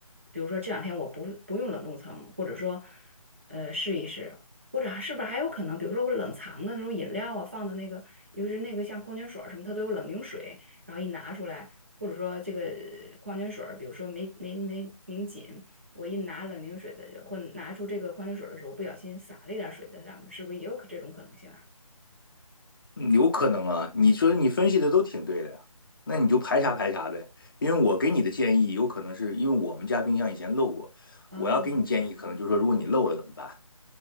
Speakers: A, on the right; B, on the left.
A: 比如说这两天我不不用冷冻层，或者说，呃，试一试，或者还是不是还有可能，比如说我冷藏的那种饮料啊，放的那个，尤其是那个像矿泉水儿什么，它都有冷凝水，然后一拿出来，或者说这个呃矿泉水儿比如说没没没拧紧，我一拿冷凝水的或拿出这个矿泉水儿的时候，不小心洒了一点儿水在上面，是不是也有可这种可能性啊？
B: 嗯有可能啊，你说你分析的都挺对的呀，那你就排查排查呗。因为我给你的建议，有可能是因为我们家冰箱以前漏过，
A: 哦，
B: 我要给你建议，可能就是说如果你漏了怎么办？